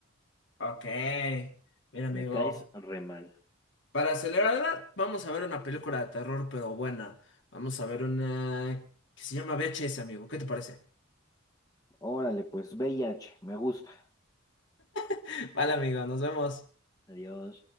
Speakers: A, on the left; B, on the left.
A: Ok. Mira, amigo.
B: Me caes re mal.
A: Para celebrar, vamos a ver una película de terror, pero buena. Vamos a ver una que se llama VHS, amigo. ¿Qué te parece?
B: Órale, pues, V I H. me gusta.
A: <laughs> Vale, amigo, nos vemos.
B: Adiós.